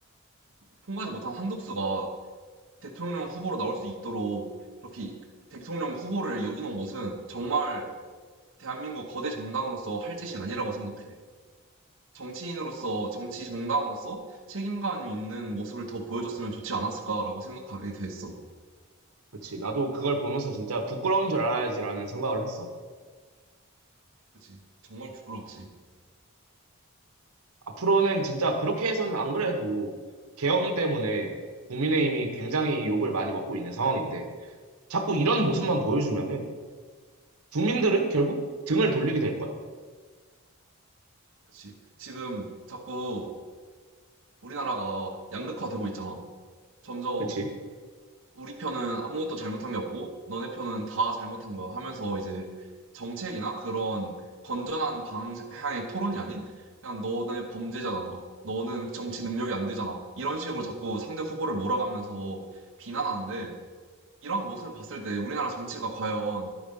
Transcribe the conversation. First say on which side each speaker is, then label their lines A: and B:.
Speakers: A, on the right (about 60°); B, on the right (about 80°).
A: 통과하지 못한 한독수가 대통령 후보로 나올 수 있도록 그렇게 대통령 후보를 열어놓은 것은 정말 대한민국 거대 정당으로서 할 짓이 아니라고 생각해. 정치인으로서, 정치 정당으로서 책임감 있는 모습을 더 보여줬으면 좋지 않았을까라고 생각하게 됐어.
B: 그치. 나도 그걸 보면서 진짜 부끄러운 줄 알아야지라는 생각을 했어.
A: 그치? 정말 부끄럽지.
B: 앞으로는 진짜 그렇게 해서는 안 그래도 계엄 때문에 국민의힘이 굉장히 욕을 많이 먹고 있는 상황인데 자꾸 이런 모습만 보여주면은 국민들은 결국 등을 돌리게 될 거야.
A: 그치. 지금 자꾸 우리나라가 양극화되고 있잖아. 점점
B: 그치?
A: 우리 편은 아무것도 잘못한 게 없고, 너네 편은 다 잘못한 거야 하면서 이제 정책이나 그런 건전한 방향의 토론이 아닌, 그냥 너네 범죄잖아. 너는 정치 능력이 안 되잖아. 이런 식으로 자꾸 상대 후보를 몰아가면서 비난하는데, 이런 모습을 봤을 때 우리나라 정치가 과연